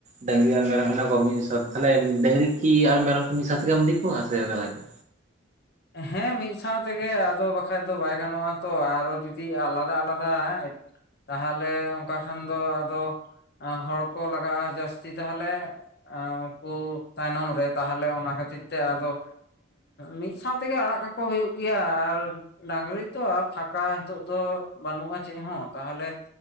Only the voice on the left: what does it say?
ᱦᱮᱸ ᱢᱤᱫ ᱥᱟᱶ ᱛᱮᱜᱮ ᱟᱫᱚ ᱵᱟᱠᱷᱟᱡ ᱫᱚ ᱵᱟᱭ ᱜᱟᱱᱚᱜᱼᱟ ᱛᱚ ᱟᱨᱚ ᱡᱩᱫᱤ ᱟᱞᱟᱫᱟ ᱟᱞᱟᱫᱟ ᱛᱟᱦᱚᱞᱮ ᱚᱱᱠᱟ ᱠᱷᱟᱱ ᱫᱚ ᱟᱫᱚ ᱦᱚᱲ ᱠᱚ ᱞᱟᱜᱟᱜᱼᱟ ᱡᱟᱹᱥᱛᱤ ᱛᱟᱦᱚᱞᱮ ᱩᱱᱠᱩ ᱛᱟᱭᱱᱚᱢ ᱨᱮ ᱛᱟᱦᱚᱞᱮ ᱚᱱᱟ ᱠᱷᱟᱹᱛᱤᱨ ᱛᱮ ᱟᱫᱚ ᱢᱤᱫ ᱢᱤᱫ ᱥᱟᱶᱛᱮᱜᱮ ᱟᱲᱟᱜ ᱠᱟᱠᱚ ᱦᱩᱭᱩᱜ ᱜᱮᱭᱟ ᱟᱨ ᱰᱟᱝᱨᱤ ᱛᱚ ᱯᱷᱟᱸᱠᱟ ᱱᱤᱛᱚᱜ ᱫᱚ ᱵᱟᱹᱱᱩᱜᱼᱟ ᱪᱮᱫ ᱦᱚᱸ ᱛᱟᱦᱚᱞᱮ